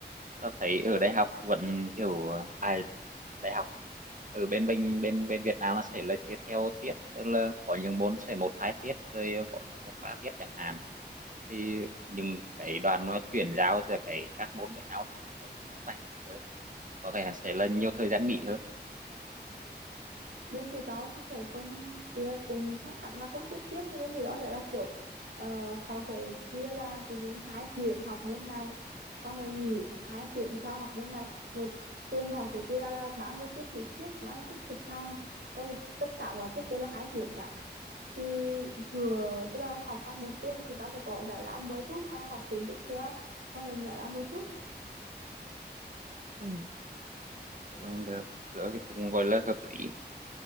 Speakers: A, on the right; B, on the right.
A: tao thấy ở đại học vẫn kiểu à, ai đại học ở bên mình bên bên Việt Nam là sẽ là chia theo tiết tức là có những môn sẽ một hai tiết rồi có những môn ba tiết chẳng hạn thì những cái đoàn nó chuyển giao giữa cái các môn với nhau thì sẽ có thời gian rảnh để chơi có vẻ sẽ là nhiều thời gian nghỉ hơn
B: bên tụi tao sẽ sẽ không ý là cũng không hẳn là không chi tiết nhưng bên tụi tao sẽ là kiểu ờ, họ sẽ chia là ví dụ như hai tiếng học môn này xong rồi nghỉ hai tiếng sau học môn này một tuần họ sẽ chia ra là bao nhiêu tiết lý thuyết bao nhiêu tiết thực hành bao tất cả mọi tiết đều là hai tiếng cả thì vừa tức là học xong một tiếng chúng ta sẽ có giải lao mười phút xong rồi học tiếng tiếp theo xong rồi giải lao mười phút
A: Ừ. Thế không được rồi thì cũng gọi là hợp lý